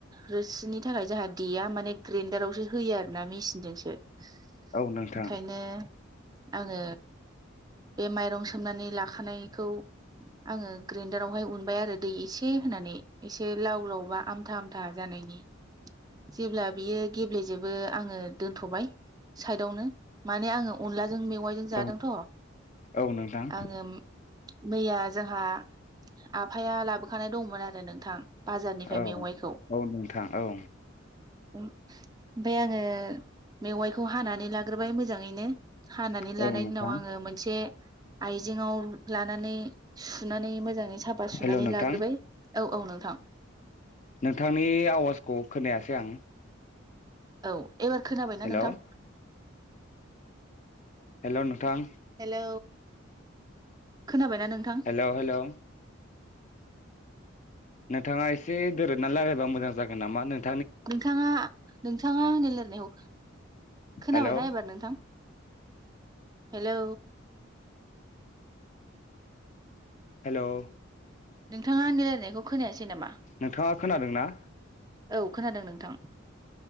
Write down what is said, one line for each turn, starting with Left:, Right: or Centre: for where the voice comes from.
Right: रोसिनि थाखाय जाहा देया माने ग्रेन्डारावसो होयो आरो ना मेसिनजोंसो। ओंखायनो
Left: औ नोंथां
Right: आङो बे माइरं सोमनानै लाखानायखौ आङो ग्राइन्दारावहाय उनबाय आरो दै एसे होनानै एसे लाव लावबा आमथा आमथा जानायनि जेब्ला बियो गेब्लेजोबो आङो दोनथ'बाय। साइदावनो माने आङो अनला जों मेवाइजों जादोंथ'
Left: औ औ नोंथां
Right: आङो। मैया जोंहा आफाया लाबोखानाय दंमोन आरो नोंथां। बाजारनिफ्राय
Left: औ
Right: मेवाइखौ
Left: औ नोंथां औ।
Right: ओमफाय आङो मेवाइखौ हानानै लाग्रोबाय मोजाङैनो हानानै
Left: औ
Right: लानायनि
Left: नोंथां
Right: उनाव आङो मोनसे आइजेङाव लानानै सुनानै मोजाङै साफा सुनानै
Left: हेल' नोंथां
Right: लाग्रोबाय औ औ नोंथां
Left: नोंथांनि आवाजखौ खोनायासै आं
Right: औ एबार खोनाबायना
Left: हेल'
Right: नोंथां?
Left: हेल' नोंथां
Right: हेलौ खोनाबायना नोंथां?
Left: हेल' हेल'
Right: <inaudible>
Left: नोंथाङा एसे दोरोदनानै रायलायबा मोजां जागोन नामा नों
Right: नोंथाङा नोंथाङा आंनि रायलानायखौ खोनाबायना
Left: हेलौ
Right: एबार नोंथां हेलौ
Left: हेलौ
Right: नोंथाङा आंनि रायनायखौ खोनायासै नामा?
Left: नोंथाङा खोनादोंना?
Right: औ खोनादों नोंथां।